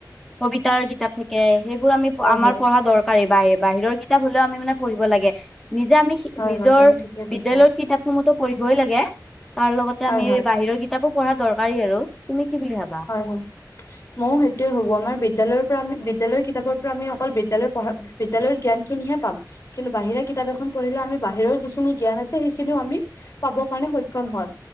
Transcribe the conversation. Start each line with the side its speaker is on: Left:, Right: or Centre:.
Centre: কবিতাৰ কিতাপ থাকে, সেইবোৰ আমি
Left: হয়
Centre: আমাৰ
Left: হয়
Centre: পঢ়া দৰ বা বাহি বাহিৰৰ কিতাপ হ'লেও আমি মানে পঢ়িব লাগে, নিজে আমি নিজৰ
Left: হয় হয় তুমি ঠিকেই কৈছা
Centre: বিদ্যায়ৰ কিতাপ সমূহতো পঢ়িবই লাগে, তাৰ লগতে
Left: হয়
Centre: আমি
Left: হয়
Centre: বাহিৰৰ কি কিতাপো পঢ়া দৰকাৰী, আৰু তুমি কি বুলি ভাবা?
Left: হয়, হয় ময়ও সেইটোয়ে ভাবো আমাৰ বিদ্যালয়ৰ পৰা আমি বিদ্যালয় কিতাপৰ পৰা আমি অকল বিদ্যালয়ৰ পঢ়াৰ বিদ্যালয়ৰ জ্ঞান খিনিহে পাম। কিন্তু বাহিৰা কিতাপ এখন পঢ়িলে আমি বাহিৰৰ যিখিনি জ্ঞান আছে সেইখিনিও আমি পাব কাৰণে সক্ষম হয়,